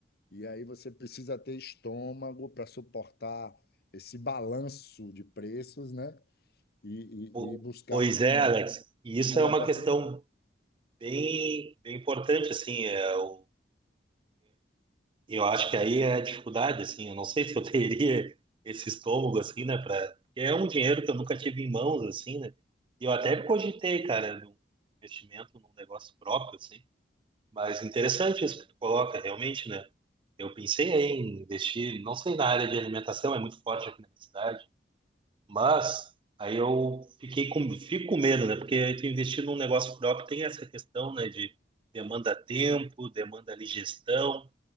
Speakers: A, on the left; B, on the right.
A: e aí você precisa ter estômago para suportar esse balanço de preços, né? E,
B: Po-
A: e, e buscar
B: Pois
A: um
B: é, Alex. E isso
A: melhor
B: é uma
A: oportunidade.
B: questão bem, bem importante, assim. é, Eu, eu acho que aí é a dificuldade, assim. Eu não sei se eu <laughs> teria esse estômago, assim, né? para é um dinheiro que eu nunca tive em mãos, assim, né? E eu até cogitei, cara, num investimento num negócio próprio, assim. Mas interessante isso que tu coloca, realmente, né? Eu pensei aí em investir, não sei na área de alimentação, é muito forte aqui na minha cidade, mas aí eu fiquei com, fico com medo, né? Porque aí tu investir num negócio próprio tem essa questão, né? De demanda tempo, demanda ali gestão,